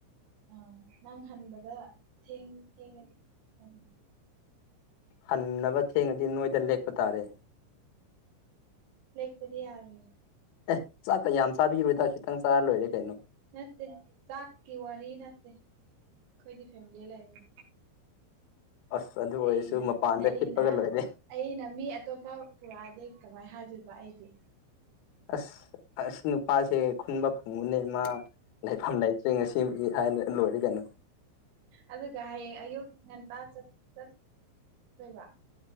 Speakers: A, on the right (about 85°); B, on the left (about 85°).
A: ꯑꯥ ꯅꯪ ꯍꯟꯕꯗ ꯊꯦꯡ ꯊꯦꯡꯉꯅꯤ ꯍꯥꯏꯕꯅꯤ
B: ꯍꯟꯅꯕ ꯊꯦꯡꯉꯗꯤ ꯅꯣꯏꯗ ꯂꯦꯛꯄ ꯇꯥꯔꯦ
A: ꯂꯦꯛꯄꯗꯤ ꯌꯥꯔꯣꯏ
B: ꯑꯦ ꯆꯥꯛꯀ ꯌꯥꯝ ꯆꯥꯕꯤꯔꯣꯏꯗ ꯈꯤꯇꯪ ꯆꯥꯔ ꯂꯣꯏꯔꯦ ꯀꯩꯅꯣ
A: ꯅꯠꯇꯦ ꯆꯥꯛꯀꯤ ꯋꯥꯔꯤ ꯅꯠꯇꯦ ꯑꯩꯈꯣꯏꯒꯤ ꯐꯦꯃꯤꯂꯤ ꯂꯩꯕꯅꯤ
B: ꯑꯁ ꯑꯗꯨ ꯑꯣꯏꯔꯁꯨ
A: ꯑꯩꯅ
B: ꯃꯄꯥꯟꯗ
A: ꯑꯩꯅ
B: ꯍꯤꯞꯄꯒ ꯂꯣꯏꯔꯦ
A: ꯑꯩꯅ ꯃꯤ ꯑꯇꯣꯞꯄ ꯄꯨꯔꯛꯑꯗꯤ ꯀꯃꯥꯏ ꯍꯥꯏꯗꯣꯏꯕ ꯑꯩꯗꯤ
B: ꯑꯁ ꯑꯁꯤ ꯅꯨꯄꯥꯁꯦ ꯈꯨꯟꯕ ꯐꯪꯕꯅꯦ ꯃꯥ ꯂꯩꯐꯝ ꯂꯩꯇ꯭ꯔꯦ ꯉꯁꯤꯒꯤ ꯍꯥꯏꯅ ꯂꯣꯏꯔꯦ ꯀꯩꯅꯣ
A: ꯑꯗꯨꯒ ꯍꯌꯦꯡ ꯑꯌꯨꯛ ꯉꯟꯇꯥ ꯆꯠ ꯆꯠꯇꯣꯏꯕ